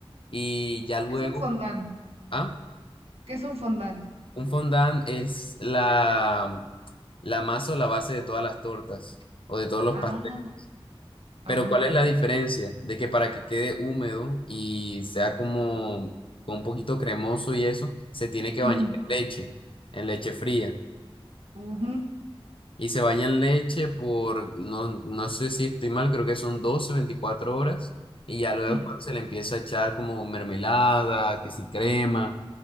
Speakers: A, on the left (about 60°); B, on the right (about 80°).
A: y ya luego,
B: Es un fondant.
A: ah,
B: ¿Qué es un fondant?
A: un fondant es la, la masa o la base de todas las tortas o de todos los
B: Ah,
A: pasteles.
B: ajá.
A: Pero ¿cuál es la diferencia? De que para que quede húmedo y sea como con un poquito cremoso y eso, se tiene que
B: Ujú,
A: bañar en leche, en leche fría.
B: ujú,
A: Y se baña en leche por, no, no sé si estoy mal, creo que son 12 24 horas. Y ya luego
B: Sí,
A: es cuando se le empieza a echar como mermelada, que si crema,